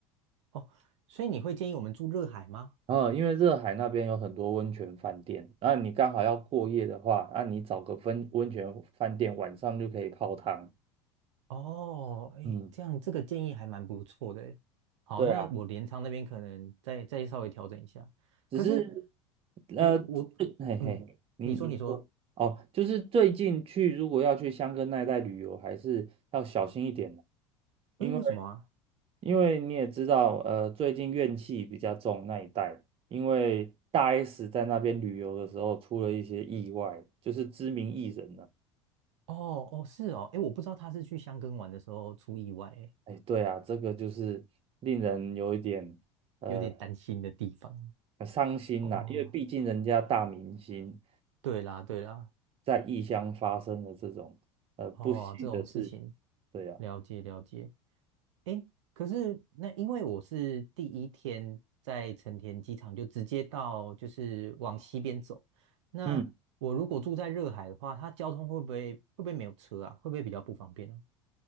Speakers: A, on the right; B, on the right.
A: 哦，所以你会建议我们住热海吗？
B: 呃，因为热海那边有很多温泉饭店，那你刚好要过夜的话，那你找个温温泉饭店晚上就可以泡汤。
A: 哦，哎，
B: 嗯，
A: 这样这个建议还蛮不错的诶。好，
B: 对啊。
A: 那我镰仓那边可能再再稍微调整一下。
B: 只是
A: 可是
B: 呃，
A: 我我嗯，
B: 最嘿嘿，您您说哦，
A: 你说你说，
B: 就是最近去如果要去香根那一带旅游，还是要小心一点嘛，因为
A: 哎，为什么啊？
B: 因为你也知道，呃，最近怨气比较重那一带，因为大 S 在那边旅游的时候出了一些意外，就是知名艺人呢、
A: 哦哦是哦，哎，我不知道他是去箱根玩的时候出意外，哎，
B: 哎，对啊，这个就是令人有一点呃
A: 有点担心的地方。
B: 很伤心呐、
A: 哦，
B: 因为毕竟人家大明星。
A: 对啦对啦。
B: 在异乡发生的这种呃不幸的事情。
A: 哦，这种事情，
B: 对呀，
A: 了解了解。诶，可是那因为我是第一天在成田机场就直接到，就是往西边走。那我如果住在热海的话，
B: 嗯，
A: 它交通会不会会不会没有车啊？会不会比较不方便呢、